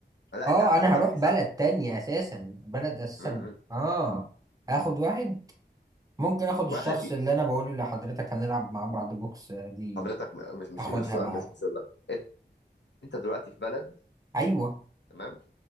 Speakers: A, on the left; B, on the right.
A: لا
B: اه
A: أنت هتاخد
B: انا
A: واحد
B: هروح
A: يساعدك
B: بلد تانية
A: في رحلة الهروب
B: اساسا بلد اساسا
A: م- م.
B: اه اخد واحد ممكن اخد
A: واحد
B: الشخص
A: ي-
B: اللي انا بقول لحضرتك هنلعب مع بعض بوكس آه، دي
A: حضرتك م- مش مش
B: اخدها
A: السؤال
B: معايا
A: مش واصل لك أن- أنت دلوقتي في بلد
B: ايوه
A: تمام